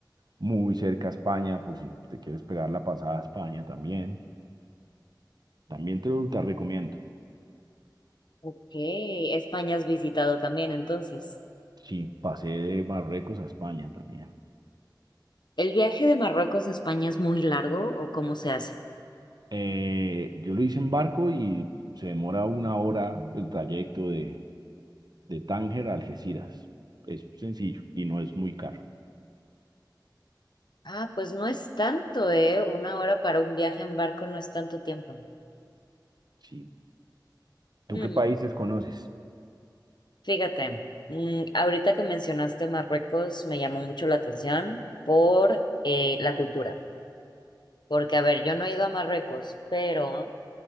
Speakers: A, on the right; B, on the left.
A: muy cerca a España, por si te quieres pegar la pasada a España también. También te lo te recomiendo.
B: Ok, España has visitado también, entonces.
A: Sí, pasé de Marruecos a España también.
B: ¿El viaje de Marruecos a España es muy largo o cómo se hace?
A: Eh, yo lo hice en barco y se demora una hora el trayecto de, de Tánger a Algeciras. Es sencillo y no es muy caro.
B: Ah, pues no es tanto, ¿eh? Una hora para un viaje en barco no es tanto tiempo.
A: Sí. ¿Tú
B: Mm,
A: qué países conoces?
B: fíjate, mm, ahorita que mencionaste Marruecos me llamó mucho la atención por eh, la cultura. Porque, a ver, yo no he ido a Marruecos, pero